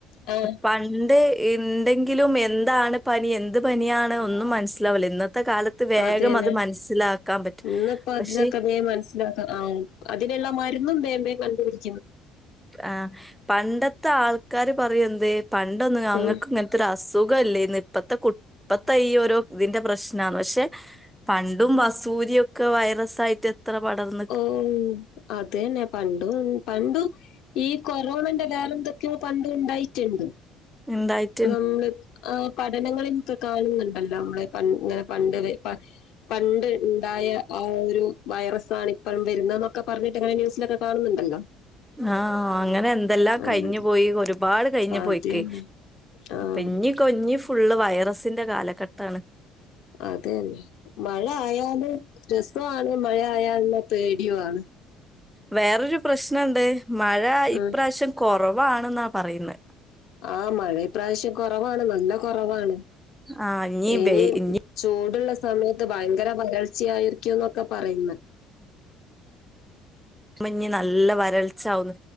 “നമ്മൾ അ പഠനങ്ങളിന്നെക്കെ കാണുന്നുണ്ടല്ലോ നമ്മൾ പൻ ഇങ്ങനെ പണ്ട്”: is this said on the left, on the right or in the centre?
Left